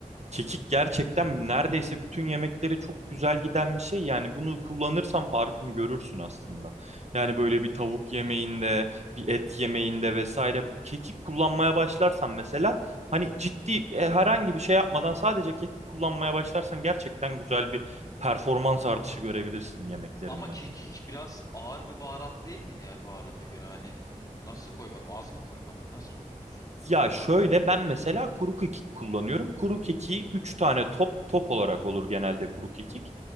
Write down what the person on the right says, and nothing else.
Kekik gerçekten neredeyse bütün yemeklere çok güzel giden bir şey. Yani bunu kullanırsan farkını görürsün aslında. Yani böyle bir tavuk yemeğinde, bir et yemeğinde vesaire bu kekik kullanmaya başlarsan mesela hani ciddi e, herhangi bir şey yapmadan sadece kekik kullanmaya başlarsan gerçekten güzel bir performans artışı görebilirsin yemeklerinden.
Ya şöyle ben mesela kuru kekik kullanıyorum. Kuru kekiği 3 tane top top olarak olur genelde kuru kekik.